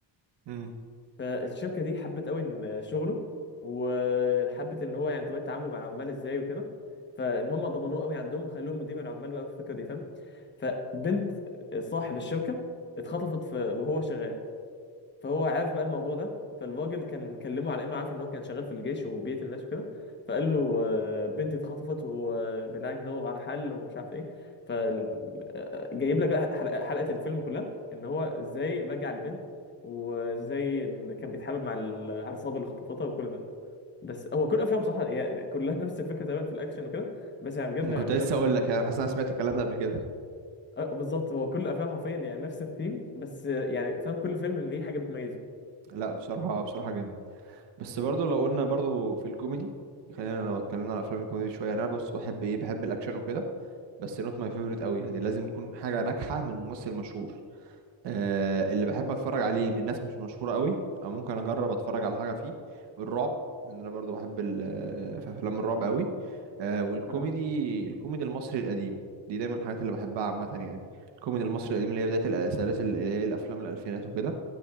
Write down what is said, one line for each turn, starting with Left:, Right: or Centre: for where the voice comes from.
Right: امم
Left: فالشركة دي حبت قوي ان شغله وحبت ان هو يعني طريقة تعامله مع العمال ازاي وكده فان هم ضمنوه قوي عندهم وخلوه مدير العمال بقى في الفكرة دي فاهم فبنت صاحب الشركة اتخطفت في وهو شغال فهو عارف بقى الموضوع ده فالراجل كان كلمه على انه عارف ان هو كان شغال في الجيش وبيقتل الناس وكده فقال له آه، بنتي اتخطفت وبالعكس دور على حل ومش عارف ايه فجايب لك بقى حلقه حلقة الفيلم كلها ان هو ازاي رجع البنت وازاي إن كان بيتحابب مع العصابه اللي خطفتها وكل ده بس هو كل افلامه صح هي كلها نفس الفكره تقريبا في الاكشن وكده بس يعني بجد يعني
Right: كنت
Left: كل
Right: لسه
Left: افلامه
Right: اقول
Left: جامده
Right: لك انا حاسس إن انا سمعت الكلام ده قبل كده
Left: آه، بالظبط هو كل افلامه حرفيا يعني نفس الثيم بس آه، يعني فاهم كل فيلم ليه حاجه بتميزه
Right: لا بصراحه بصراحه جامد بس برضو لو قلنا برضو في الكوميدي خلينا لو اتكلمنا على افلام الكوميدي شويه انا بص بحب ايه بحب الاكشن وكده بس نوت ماي فيفورت قوي يعني لازم تكون حاجه ناجحه من ممثل مشهور آه اللي بحب اتفرج عليه من ناس مش مشهوره قوي او ممكن اجرب اتفرج على حاجه فيه الرعب لان انا برضو بحب ال- آه، في افلام الرعب قوي آه والكوميدي
Left: انا
Right: الكوميدي المصري القديم دي دايما الحاجات اللي بحبها عامه يعني الكوميدي المصري القديم اللي هي بدايه السلاسل اللي هي الافلام الالفينات وكده